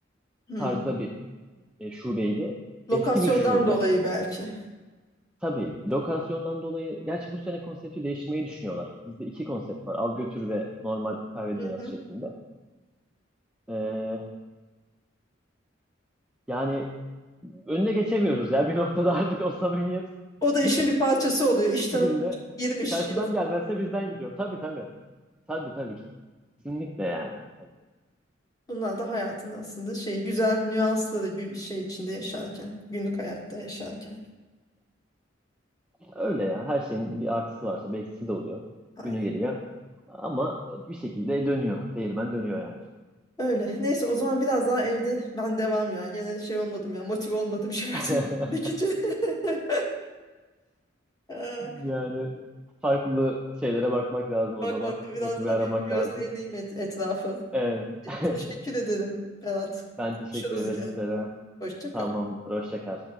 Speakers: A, on the left (about 20°); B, in the centre.
A: Hı.
B: tarzda bir e, şubeydi. Eski
A: Lokasyondan
B: bir şube.
A: dolayı belki.
B: Tabii lokasyondan dolayı gerçi bu sene konsepti değiştirmeyi düşünüyorlar. Bizde iki konsept var. Al götür ve normal kahve
A: Hı
B: dünyası
A: hı.
B: şeklinde. Ee, yani önüne geçemiyoruz ya <laughs> bir noktada artık o samimiyet
A: O da işin
B: bir
A: bir parçası oluyor. İş tanımı
B: şekilde
A: girmiş.
B: karşıdan
A: yazı-
B: gelmezse bizden gidiyor. Tabii tabii. Tabii tabii. Kesinlikle yani. Hani
A: Bunlar da hayatın aslında şey güzel nüansları gü- şey içinde yaşarken, günlük hayatta yaşarken.
B: Öyle ya. Her şeyin bir artısı varsa bir eksisi de oluyor.
A: Aynen.
B: Günü geliyor. Ama bir şekilde dönüyor. Değirmen dönüyor yani.
A: Öyle. Neyse o zaman biraz daha evde ben devam ya. Gene şey olmadım ya. Motive olmadım <laughs> şey hayatını
B: <laughs>
A: için. <laughs> Ee,
B: Yani farklı şeylere bakmak lazım o
A: Bakmakla
B: zaman. Motive
A: biraz daha
B: aramak
A: bir gözleyeyim
B: lazım.
A: et, etrafı.
B: Evet. <laughs>
A: Teşekkür ederim Berat.
B: Ben
A: Konuşuruz
B: teşekkür ederim
A: gene.
B: Serap.
A: Hoşça kal.
B: Tamamdır. Hoşça kal.